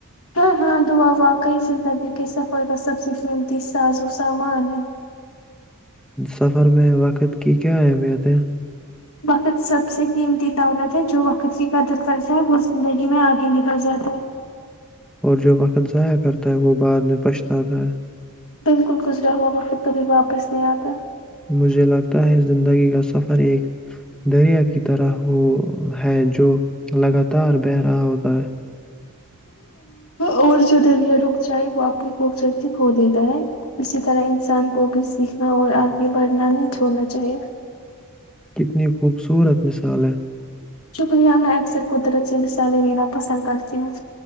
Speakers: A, on the left; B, in the centre.
A: ہاں ہاں دعا وا گئی زندہ بھی گ صفائیبہ سبزمتی سازو سامان ہے
B: سفر میں وقت کی کیا اہمیت ہے
A: وقت سب سے قیمتی دولت ہے جو وقت کی قدر کرتا ہے وہ زندگی میں آگے نکل جاتا ہے
B: اور جو وقت ضائع کرتا ہے وہ بعد میں پچھتاتا ہے
A: بالکل گزرا ہوا وہا وقت کبھی واپس نہیں آتا
B: مجھے لگتا ہے زندگی کا سفر ایک دریا کی طرح ہو ہے جو لگاتار بہہ رہا ہوتا ہے
A: اور جو دریا رک جائے وہ آپنی خوبصورتی کھو دیتا ہے اسی طرح انسان کو بھی سیکھنا اور آگے بڑھنا نہیں چھوڑنا چاہیے
B: اتنی خوبصورت مثال ہے
A: شکریہ میں اکثر قدرت سے مثالیں لینا پسند کرتی ہوں